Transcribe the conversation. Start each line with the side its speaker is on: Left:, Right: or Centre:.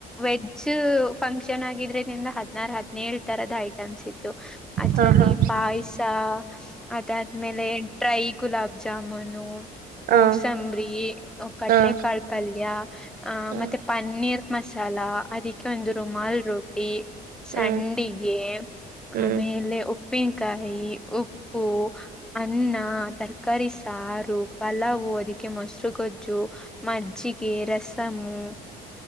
Centre: ವೆಜ್ ಫಂಕ್ಷನ್ ಆಗಿದ್ರದಿಂದ ಹದ್ನಾರು ಹದ್ನೇಳ ತರದ ಐಟಮ್ಸ್ ಇದ್ದು. ಅದ್ರಲ್ಲಿ
Right: ಹ ಹಾ
Centre: ಪಾಯಸ ಅದಾದ್ಮೇಲೆ ಡ್ರೈ- ಗುಲಾಬ್ ಜಾಮುನು
Right: ಹ
Centre: ಕೋಸಂಬ್ರಿ ಕಡ್ಲೆಕಾಳ್
Right: ಹ
Centre: ಪಲ್ಯ ಆ
Right: ಹ ಹ್ಮ್
Centre: ಮತ್ತೆ ಪನ್ನೀರ್ ಮಸಾಲಾ ಅದಕ್ಕೆ ಒಂದು ರುಮಾಲ್ ರೊ ರೊಟ್ಟಿ ಸಂಡಿಗೆ
Right: ಹ್ಮ್ ಹ್ಮ್
Centre: ಆಮೇಲೆ ಉ ಉಪ್ಪಿನಕಾಯಿ ಉಪ್ಪು ಅನ್ನ ತರಕಾರಿ ಸಾರು ಪಲಾವು ಅದಕ್ಕೆ ಮೊಸರುಗೊಜ್ಜು ಮಜ್ಜಿಗೆ ರಸಮು